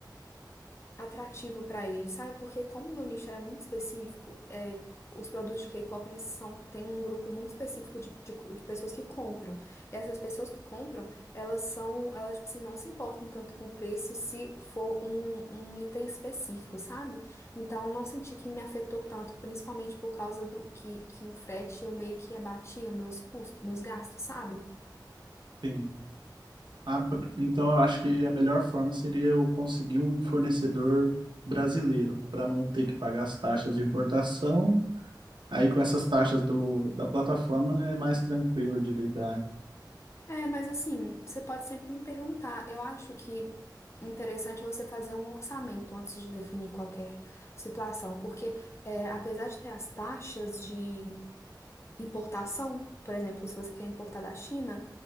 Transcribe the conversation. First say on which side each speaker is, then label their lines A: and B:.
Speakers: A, on the left; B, on the right.
A: atrativo pra ele, sabe? Porque como meu nicho era muito específico, é, os produtos de K-pop, eles são, têm um grupo muito específico de, de, de pessoas que compram. E essas pessoas que compram, elas são, elas, tipo assim, não se importam tanto com o preço se for um, um item específico, sabe? Então, não senti que me afetou tanto, principalmente por causa do que, que o frete, eu meio que abatia os meus custos, meus gastos, sabe?
B: Sim. Ah, por- então eu acho que a melhor forma seria eu conseguir um fornecedor brasileiro para não ter que pagar as taxas de importação. Aí com essas taxas do, da plataforma é mais tranquilo de lidar.
A: É, mas assim, você pode sempre me perguntar. Eu acho que interessante você fazer um orçamento antes de definir qualquer situação, porque é, apesar de ter as taxas de importação, por exemplo, se você quer importar da China,